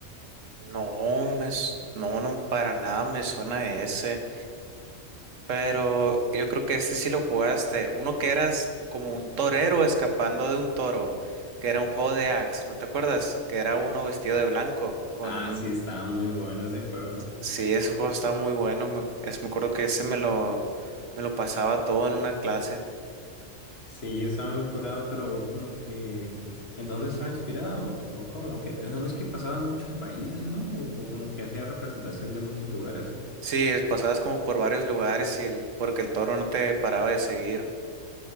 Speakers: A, on the right (about 75°); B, on the left (about 50°).
A: No, me, s- no, no, para nada me suena ese. Pero yo creo que este sí lo jugaste. Uno que eras como un torero escapando de un toro, que era un juego de Axe, ¿no te acuerdas? Que era uno vestido de blanco con
B: Ah,
A: un...
B: sí, estaba muy bueno ese juego.
A: Sí, ese juego estaba muy bueno. Me, es- me acuerdo que ese me lo, me lo pasaba todo en una clase.
B: Sí, está muy curado, pero como que ¿en dónde está inspirado? ¿O cómo? Que no es que pasaban muchos países, ¿no? O, o como que hacía representación de muchos lugares.
A: Sí, es- pasabas como por varios lugares y el, porque el toro no te paraba de seguir.